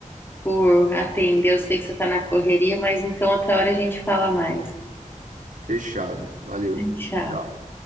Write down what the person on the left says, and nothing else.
por atender. Eu sei que você está na correria, mas então outra hora a gente fala mais.
Tchau.